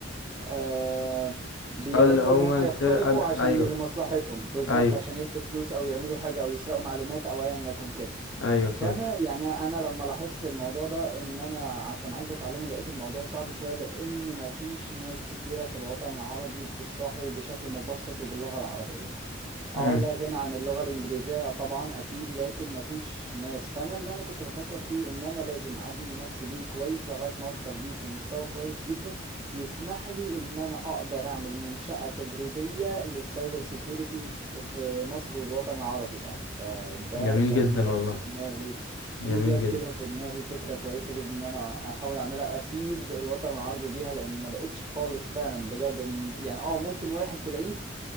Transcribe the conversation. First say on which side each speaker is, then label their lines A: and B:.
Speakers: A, on the right; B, on the left.
A: آه بيحبوا
B: اللي هما
A: ان هم
B: الفرقه
A: هم يخترقوا
B: ال-
A: عشان
B: ايوه
A: ي- لمصلحتهم بالظبط
B: ايوه
A: عشان مم. ياخدوا فلوس او يعملوا حاجة او يسرقوا معلومات او ايا يكن كده
B: ايوه فهمتك
A: فانا يعني انا لما لاحظت الموضوع ده ان انا عشان عايز اتعلمه لقيت الموضوع صعب شوية لان مفيش ناس كتيرة في الوطن العربي بتشرحه بشكل مبسط وباللغة العربية
B: امم
A: اه لا غنى عن اللغة الإنجليزية طبعا أكيد لكن مفيش ناس فأنا اللي أنا كنت بفكر فيه إن أنا لازم أبني نفسي بيه كويس لغاية ما أوصل ليه في مستوى كويس جدا يسمح لي إن أنا أقدر أعمل منشأة تدريبية للسايبر سيكيورتي في مصر والوطن العربي يعني فده
B: جميل
A: كان
B: جدا
A: جت
B: والله
A: في دماغي
B: جميل
A: دي جت كده في دماغي فكرة كويسة جدا إن أنا أحاول أعملها أفيد الوطن العربي بيها لأن ما لقيتش خالص فعلا بجد إن يعني اه ممكن واحد تلاقيه